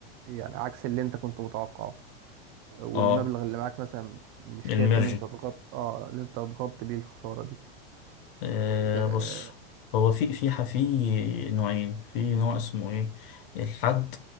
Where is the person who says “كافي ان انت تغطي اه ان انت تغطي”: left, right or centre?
Right